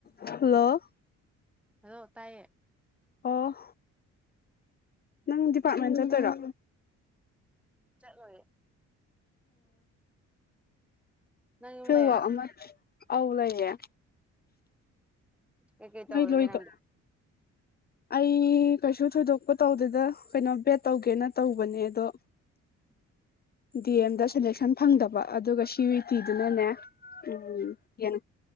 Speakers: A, on the left; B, in the centre.
A: Hello
B: ꯑꯗꯣ ꯇꯥꯏꯌꯦ
A: ꯑꯣ ꯅꯪ ꯗꯤꯄꯥꯔꯠꯃꯦꯟ ꯆꯠꯇꯣꯏꯔꯣ
B: ꯆꯠ ꯃꯦ ꯅꯪ ꯌꯨꯝ
A: ꯐꯦꯋ
B: ꯂꯩꯔ
A: ꯑꯃ ꯑꯥꯎ ꯂꯩꯌꯦꯦ
B: ꯑꯣ ꯀꯩ
A: ꯅꯣꯏ
B: ꯇ ꯑꯣꯏꯒ
A: ꯂꯣꯏꯗꯣ
B: ꯅꯪ
A: ꯑꯩ ꯀꯩꯁꯨ ꯊꯣꯏꯗꯣꯛꯄ ꯇꯧꯗꯗ ꯀꯩꯅꯣ ꯕꯦꯠ ꯇꯧꯒꯦꯅ ꯇꯧꯕꯅꯦ ꯑꯗꯣ
B: ꯎ
A: ꯗꯤ ꯑꯦꯝꯗ ꯁꯦꯂꯦꯛꯁꯟ ꯐꯪꯗꯕ ꯑꯗꯨꯒ ꯁꯤ ꯌꯤ ꯇꯤꯗꯨꯅꯅꯦ ꯎꯝ ꯌꯦꯟ